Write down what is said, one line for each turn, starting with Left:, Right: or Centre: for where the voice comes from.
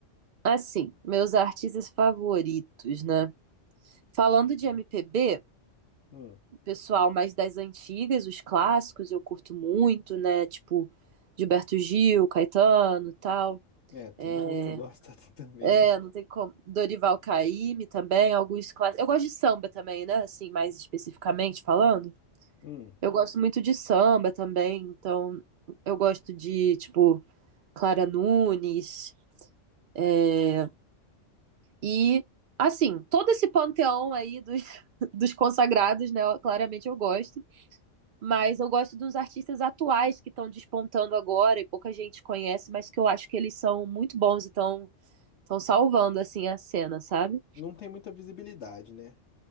Right: assim, meus artistas favoritos, né? Falando de
Left: Hum,
Right: MPB,
Left: hum,
Right: pessoal mais das antigas, os clássicos, eu curto muito, né? Tipo, Gilberto Gil, Caetano, e tal.
Left: é, todo
Right: É,
Left: mundo <laughs> gosta também,
Right: é,
Left: né?
Right: não tem como. Dorival Caymmi também, alguns clássicos. Eu gosto de samba também, né? Assim, mais especificamente falando.
Left: Hum,
Right: Eu gosto muito de samba também, então eu gosto de, tipo, Clara Nunes, é, E, assim, todo esse panteão aí dos, <laughs> dos consagrados, né? Claramente eu gosto. Mas eu gosto dos artistas atuais que estão despontando agora e pouca gente conhece, mas que eu acho que eles são muito bons e estão estão salvando, assim, a cena, sabe?
Left: não tem muita visibilidade, né?